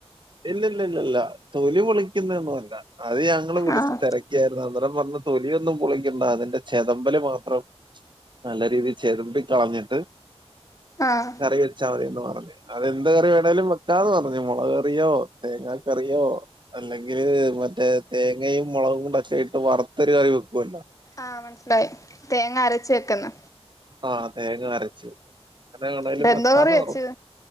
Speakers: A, on the right; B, on the left.
A: ഇല്ല ല്ല ല്ല ല്ല തൊലി പൊളിക്കുന്നെയൊന്നും അല്ല അത് ഞങ്ങള് വിളിച്ച്
B: ആഹ്
A: തെരക്കിയായിരുന്നു അന്നരം പറഞ്ഞ തൊലിയൊ ന്നും പൊളിക്കണ്ട അതിന്റെ ചെതമ്പല് മാത്രം നല്ല രീതിയിൽ ചെരുമ്പി കളഞ്ഞിട്ട്
B: ആഹ്
A: കറി വെച്ചാ തിന്ന് പറഞ്ഞു അതെന്ത് കറി വേണേലും വെക്കാന്ന് പറഞ്ഞു മുളക് റിയോ തേങ്ങറിയോ അല്ലെങ്കിൽ മറ്റേ തേങ്ങയും മുളകും ഒ ക്കെട്ട് വറു ഒത്തരു കറി വെക്കുവല്ലോ
B: ആ മനസ്സിലായി തേങ്ങ അരച്ച് വെക്കന്ന
A: ആഹ് തേങ്ങ അരച്ചു <unintelligible>
B: ഇപ്പെന്തോ
A: വക്കാന്ന്
B: കറി വെച്ച്
A: പറഞ്ഞു